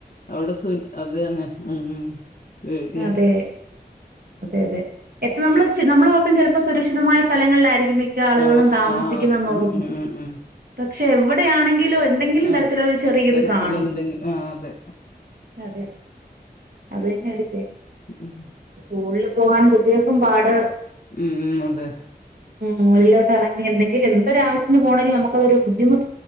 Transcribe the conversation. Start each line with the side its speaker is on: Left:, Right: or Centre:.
Left: അവിടെ സു അത് അങ്ങെ ഉ പേടിയാ
Right: അതെ അതെ അതെ എപ്പം നമ്മള് നമ്മളെ നൊക്കം ചിലപ്പോ സുരക്ഷിതമായ സ്ഥലങ്ങളിലായിരിക്കും മിക്ക ആളുകളും
Left: ആ പക്ഷെ
Right: താമസിക്കണതും
Left: ആ അത് ഉം ഉം ഉം ഉം
Right: പക്ഷെ എവിടെയാണെങ്കി എന്തെങ്കിലും
Left: ആ
Right: തരത്തില ഒരു ചെറിയ
Left: തരത്തില്
Right: ഇത് കാണും
Left: എന്തെങ്കിലും ആ അതെ
Right: അതെ അത്തന്നെ അടു
Left: ഉം
Right: സ്കൂളിൽ പോകാൻ കുട്ടികക്കും പാട്
Left: ഉം അതെ
Right: ഉ്മെള്ളിലോട്ട് ഇറങ്ങി എന്തെങ്കില എന്തൊ ആവശ്യത്തിന് പോണെങ്ക നമുക്കൊരു ബുദ്ധിമു